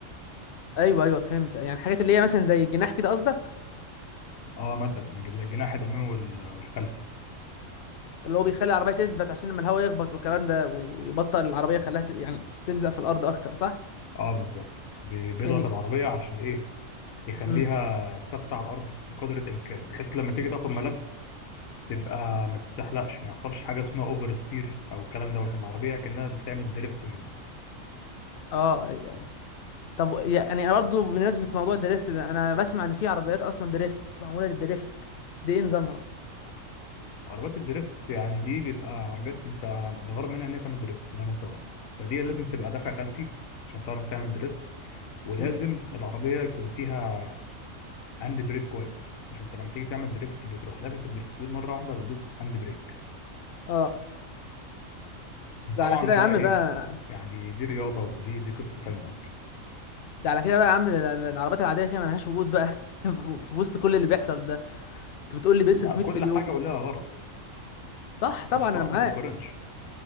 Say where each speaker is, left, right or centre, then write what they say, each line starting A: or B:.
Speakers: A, on the left (about 60°); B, on the left (about 80°).
A: ايوه ايوه فهمت يعني حاجات اللي هي مثلا زي الجناح كده قصدك
B: اه مثلا الج- الجناح الأمامي وال- والخلفي
A: اللي هو بيخلي العربيه تثبت عشان لما الهواء يخبط والكلام ده ويبطئ العربيه خلاها ت... يعني تلزق في الارض اكتر صح
B: اه بالظبط بي- بيضغط
A: يعني
B: العربية عشان إيه يخليها
A: امم
B: ثابتة على الأرض بقدر الإمكان بحيث لما تيجي تاخد ملف تبقى ما تتزحلقش ما يحصلش حاجة اسمها أوفر ستير أو الكلام دوت إن العربية كأنها بتعمل دريفت
A: اه ايوه ايوه طب يعني انا برضه بمناسبه موضوع الدريفت ده انا بسمع ان في عربيات اصلا دريفت معموله للدريفت دي ايه نظامها
B: عربيات الدريفت يعني دي بيبقى عربيات انت الغرض منها ان هي تعمل دريفت زي ما انت قلت فدي لازم تبقى دافع خلفي عشان تعرف تعمل دريفت ولازم
A: مم.
B: العربية يكون فيها هاند بريك كويس عشان انت لما تيجي تعمل دريفت بتروح لافف الدركسيون مرة واحدة وتدوس هاند بريك
A: اه ده
B: طبعا
A: على كده يا
B: بقى
A: عم
B: ايه
A: بقى
B: يعني دي رياضة ودي دي قصة تانية اصلا
A: ده على كده بقى يا عم ده- ده العربيات العادية كده ملهاش وجود بقى <laughs> في وسط كل اللي بيحصل ده انت بتقول لي بيصرف
B: لا
A: 100
B: كل
A: مليون
B: حاجة ولها غرض
A: صح طبعا
B: بس
A: انا
B: اه
A: معاك
B: ما تتقارنش